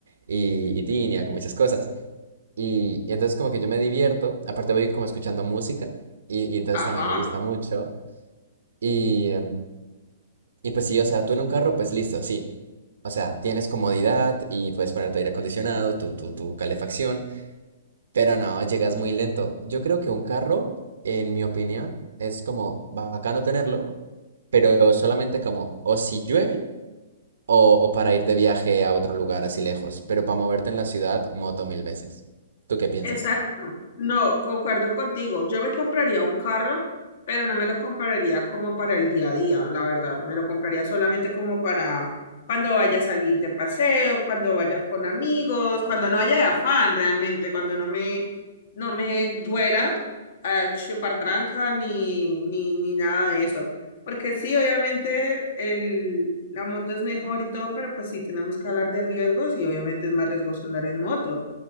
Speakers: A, on the right; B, on the left.
A: y, y tinea, como muchas cosas. Y, y entonces como que yo me divierto. Aparte voy como escuchando música. Y, y entonces
B: Ajá.
A: también me gusta mucho. Y, em, y pues sí, o sea, tú en un carro, pues listo, sí. O sea, tienes comodidad y puedes poner tu aire acondicionado, tu, tu, tu calefacción. Pero no, llegas muy lento. Yo creo que un carro, en mi opinión, es como bacano tenerlo, pero solamente como o si llueve o, o para ir de viaje a otro lugar así lejos. Pero para moverte en la ciudad, moto mil veces. ¿Tú qué piensas?
B: Exacto. No, concuerdo contigo. Yo me compraría un carro, pero no me lo compraría como para el día a día, la verdad. Me lo compraría solamente como para cuando vaya a salir de paseo, cuando vaya con amigos, cuando no haya de afán realmente, cuando no me, no me duela eh, chupar tranca ni, ni, ni nada de eso. Porque sí, obviamente el, la moto es mejor y todo, pero pues sí tenemos que hablar de riesgos y obviamente es más riesgoso andar en moto.